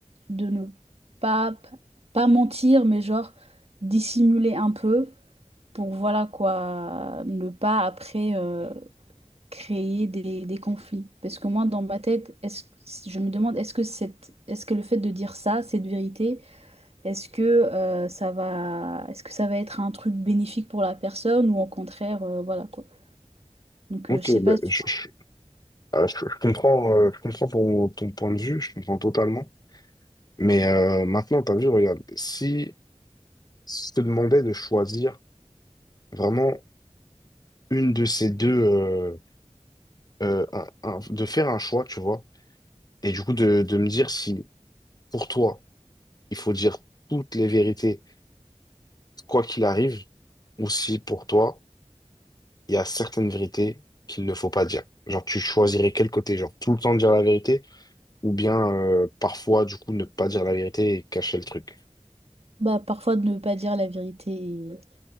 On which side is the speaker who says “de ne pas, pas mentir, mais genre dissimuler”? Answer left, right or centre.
Right